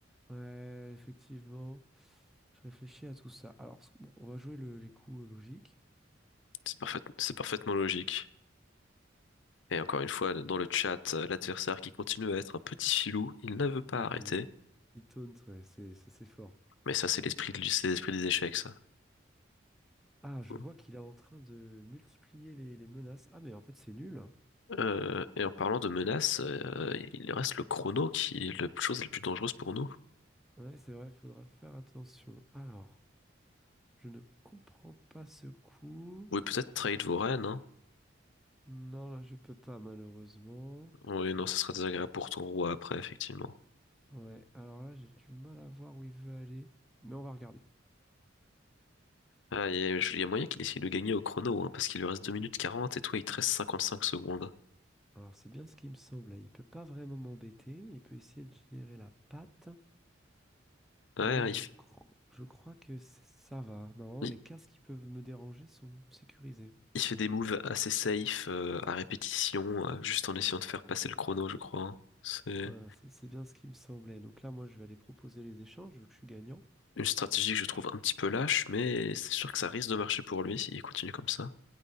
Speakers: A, in the centre; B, on the left.
A: ouais, effectivement. Je réfléchis à tout ça. Alors, ce- bon, on va jouer le- les coups euh, logiques.
B: C'est parfait, c'est parfaitement logique. Et encore une fois, dans le chat, euh, l'adversaire qui continue à être un petit filou, il ne veut pas
A: Il,
B: arrêter.
A: il taunt, ouais, c'est c'est- c'est fort.
B: Mais ça, c'est l'esprit de- c'est l'esprit des échecs, ça.
A: Ah,
B: Faut-
A: je vois qu'il est en train de multiplier les, les menaces. Ah, mais en fait, c'est nul.
B: Euh, et en parlant de menaces, euh, il reste le chrono qui est la chose la plus dangereuse pour nous.
A: Ouais, c'est vrai, faudra faire attention. Alors, je ne comprends pas ce coup.
B: Vous pouvez peut-être trahir vos reines. hein.
A: Non, là, je peux pas, malheureusement.
B: Oui, non, ça sera désagréable pour ton roi après, effectivement.
A: Ouais, alors là, j'ai du mal à voir où il veut aller. Mais on va regarder.
B: Ah, il y a, il y a moyen qu'il essaye de gagner au chrono, hein, parce qu'il lui reste 2 minutes 40 et toi, il te reste 55 secondes.
A: Alors, c'est bien ce qui me semble. là. Il peut pas vraiment m'embêter. Il peut essayer de générer la patte.
B: Ouais,
A: Mais je,
B: il, f-
A: cro- je crois que c- ça va. Normalement,
B: il-
A: les casques qui peuvent me déranger sont sécurisés.
B: il fait des moves assez safe, euh, à répétition, euh, juste en essayant de faire passer le chrono, je crois. hein. C'est
A: Voilà, ça, c'est bien ce qui me semblait. Donc là, moi, je vais aller proposer les échanges, vu que je suis gagnant.
B: une stratégie que je trouve un petit peu lâche, mais c'est sûr que ça risque de marcher pour lui s'il continue comme ça.